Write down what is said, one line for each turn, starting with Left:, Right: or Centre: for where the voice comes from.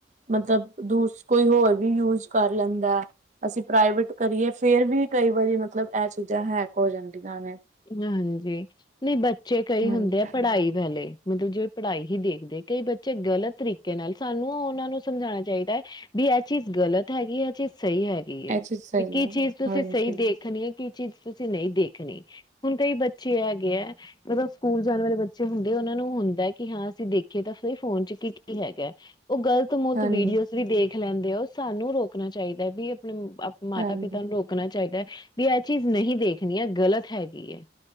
Right: ਮਤਲਬ ਦੂਸ ਕੋਈ ਹੋਰ ਵੀ ਯੂਜ ਕਰ ਲੈਂਦਾ। ਅਸੀਂ ਪ੍ਰਾਈਵੇਟ ਕਰੀਏ ਫੇਰ ਵੀ ਕਈ ਵਾਰੀ ਮਤਲਬ ਇਹ ਚੀਜ਼ਾਂ ਹੈਕ ਹੋ ਜਾਂਦੀਆਂ ਨੇ।
Left: ਹਾਂਜੀ, ਨਹੀਂ ਬੱਚੇ ਕਈ
Right: ਹਾਂਜੀ
Left: ਹੁੰਦੇ ਆ ਪੜ੍ਹਾਈ ਵਾਲੇ। ਮਤਲਬ ਜਿ ਪੜ੍ਹਾਈ ਹੀ ਦੇਖਦੇ ਕਈ ਬੱਚੇ ਗ਼ਲਤ ਤਰੀਕੇ ਨਾਲ ਸਾਨੂੰ ਓਹਨਾਂ ਨੂੰ ਸਮਝਾਣਾ ਚਾਹੀਦਾ ਹੈ। ਵੀ ਆਹ ਚੀਜ਼ ਗ਼ਲਤ ਹੈਗੀ ਆ ਚੀਜ਼ ਸਹੀ ਹੈਗੀ ਏ
Right: ਇਹ ਚੀਜ਼ ਸਹੀ
Left: ਵੀ ਕੀ
Right: ਹੈ
Left: ਚੀਜ਼ ਤੁਸੀਂ
Right: ਹਾਂਜੀ
Left: ਸਹੀ ਦੇਖ ਦੇਖਨੀ ਕਿ ਚੀਜ਼ ਤੁਸੀਂ ਨਹੀਂ ਦੇਖਨੀ ਹੁਣ ਕਈ ਬੱਚੇ ਹੈਗੇ ਏ। ਮਤਲਬ ਸਕੂਲ ਜਾਣ ਵਾਲੇ ਬੱਚੇ ਹੁੰਦੇ ਉਹਨਾਂ ਨੂੰ ਹੁੰਦਾ ਕਿ ਹਾਂ ਅਸੀਂ ਦੇਖੀਏ ਤਾਂ ਸਈ ਫਿਰ ਫੋਨ ਚ ਕੀ ਕੀ ਹੈਗਾ। ਉਹ ਗਲ ਤੂੰ ਮੁਲਤ
Right: ਹਾਂਜੀ
Left: ਵੀਡੀਓਜ਼ ਵੀ ਦੇਖ ਲੈਂਦੇ ਓ। ਸਾਨੂੰ ਰੋਕਨਾ ਚਾਹੀਦਾ ਹੈ ਵੀ ਆਪਣੇ ਆਪ ਮਾਤਾ
Right: ਹਾਂਜੀ।
Left: ਪਿਤਾ ਨੂੰ ਰੋਕ ਨਾ ਚਾਹੀਦਾ ਵੀ ਇਹ ਚੀਜ਼ ਨਹੀਂ ਦੇਖਣੀ ਏ ਗਲਤ ਹੈਗੀ ਆ